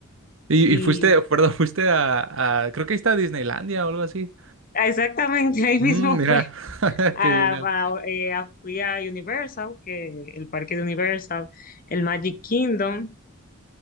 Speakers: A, on the right; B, on the left.
A: Y,
B: y
A: y fuiste, perdón, <laughs> fuiste a, a- creo que ahí está Disneylandia o algo así.
B: exactamente ahí
A: Mm,
B: mismo
A: mira,
B: fue
A: <laughs>
B: A,
A: qué genial.
B: a- eh, a- fui a Universal, que el parque de Universal, el Magic Kingdom,